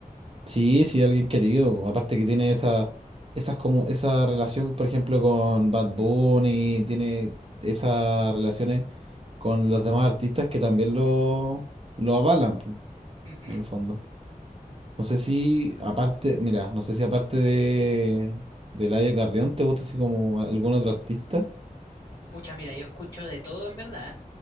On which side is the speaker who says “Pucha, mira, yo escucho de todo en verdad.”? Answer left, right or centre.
Left